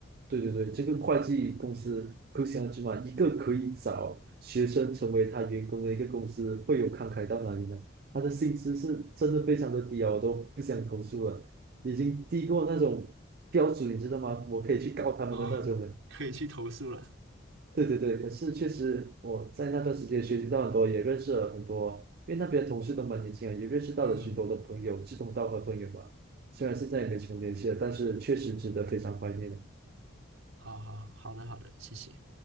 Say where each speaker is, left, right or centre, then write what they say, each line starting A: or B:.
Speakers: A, on the right; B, on the right.
A: 对对对，这个会计公司可想而知嘛，一个可以找学生成为他员工的一个公司，会有慷慨到哪里呢？他的薪资是真的非常的低啊，我都不想投诉了，已经低过那种标准，你知道吗？我可以去告他们的那种了。
B: 哦，<laughs> 可以去投诉了。
A: 对对对，可是确实我在那段时间学习到很多，也认识了很多，因为那边的同事都蛮年轻啊，也认识到了许多的朋友，
B: 嗯，
A: 志同道合的朋友吧。虽然现在也没什么联系了，但是确实值得非常怀念的。
B: 好好好的好的，谢谢。